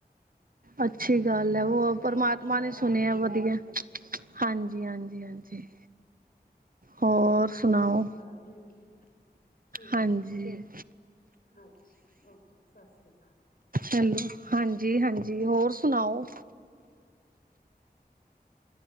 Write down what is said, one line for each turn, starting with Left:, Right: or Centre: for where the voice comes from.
Right: ਅੱਛੀ ਗੱਲ ਏ, ਓ
Left: ਅਸੀਂ ਤੇ
Right: ਪਰਮਾਤਮਾ
Left: ਆਪ ਵਿਸ਼ਵਾਸ
Right: ਨੇ ਸੁਨੇਆ
Left: ਕਰਨੇ ਹਾਂ
Right: ਵਧੀਆ
Left: ਬਾਬਾ
Right: ਹਾਂਜੀ-ਹਾਂਜੀ। ਜੀ ਹਾਂਜੀ
Left: ਚਲੋ
Right: ਹੋਰ ਸੁਣਾਓ?
Left: ਸਤਿ ਸ੍ਰੀ ਅਕਾਲ ਠੀਕ ਹੈ ਠੀਕ
Right: ਹਾਂਜੀ
Left: ਅੱਛਾ, ਓਕੇ ਸਤਿ ਸ਼੍ਰੀ ਅਕਾਲ।
Right: ਹੈਲੋ ਹਾਂਜੀ-ਹਾਂਜੀ ਹੋਰ ਸੁਣਾਓ?